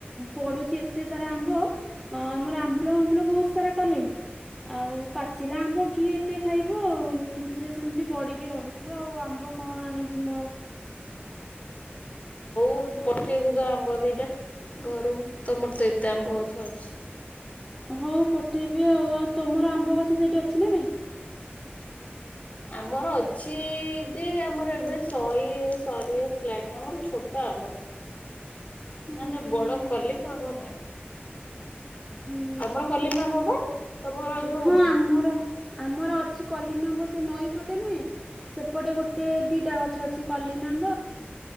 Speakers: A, in the centre; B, on the left.
A: ପଡୁଚି ଏତେ ସାରା ଆମ୍ବ ଅଁ ଆମର ଆମ୍ବୁଲ ଫାମ୍ବୁଲ ବୋହୁତ ସାରା କଲେଣି ଆଉ ପା ଏ ଆମ୍ବ କିଏ ଏତେ ଖାଇବ ସିଏ ସେମତି ପଡ଼ିକି ରହୁଚି ଆଉ ଆମ୍ବ କଣ ଆଣିବି ମୁଁ ଆଉ।
B: ହୋଉ ପଠେଇବୁ ତ ଆମ୍ବ ଦିଇଟା ଘରୁକୁ ତମର ତ ଏତେ ଆମ୍ବଗଛ ଅଛି।
A: ହହଉ ପଠେଇବି ଆଉ ଆଉ ତମର ଆମ୍ବ ଗଛ ସେଇଠି ଅଛି ନା ନାଇଁ?
B: ଆମର ଅଛି ଯେ ଆମର ଏବେ ସରି ସରି ଆସିଲାଣି ଆମର ଛୋଟ ଆମ୍ବ।
A: ହୁଁ
B: ମାନେ
A: ହୁଁ।
B: ବଡ କଲିମ ଆମ୍ବ ନାଇଁ।
A: ହୁଁ
B: ତମର କଲିମୀ ଆମ୍ବ ପା ତମର ଏଇ ଯୋଉ
A: ହଁ ଆମର ଆମର ଅଛି କଲିମୀ ଆମ୍ବ ସେ ନଈ ପଟେ ନୁହେଁ ସେପଟେ ଗୋଟେ ଦିଟା ଗଛ ଅ ଅଛି କଲିମ ଆମ୍ବ